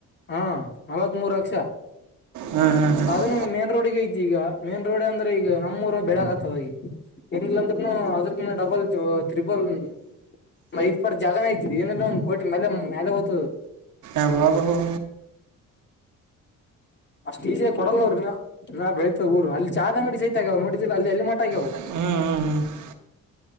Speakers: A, on the left; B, on the right.
A: ಹಾ ನಲವತ್ತ್ಮೂರಲಕ್ಷ
B: ಹಾ ಹಾ
A: ಮತ್ತ
B: ಹಾ
A: ಅದನ್ನು ಮೇನ್ ರೋಡ್ಗೆ ಐತಿ ಈಗ ಮೇನ್ ರೋಡ್ ಅಂದ್ರೆ ಈಗ ನಮ್ಮ್ಊರ ಬೆಳೆಕತದ ಈಗ. ಇದ್ಲ ಅಂದ್ರರುನು ಅದಕ್ಕ ಡಬಲ್ ತ್ರಿಬಲ್ ಮ ಪರ ಜಾಗನ್ ಆಯ್ತಿ ಏನ ಒ ಕೋಿ ಮೇ ಮೇಲೆಓದತು
B: ಆಬಾಬಾ ಬಾ.
A: ಅಷ್ಟ ಈಜಿ ಆಗಿ ಕೊಡಲ್ಲ ಅವ್ರ ಇನ್ನು ಇನ್ನಾ ಬೆಳಿತದ ಊರು ಅಲ್ಲಿ ಚಾದ ಅಂಗಡಿ ಸಹಿತ ಆಗ್ಯವು ನೋಡಿದ್ರ ಅಲ್ಲಿ ಅಲ್ಲಿ ಮಾಟ ಆಗ್ಯಾವ ಆಗ್ಯಾವವು
B: ಹ್ಮ್ ಹ್ಮ್ ಹ್ಮೂ.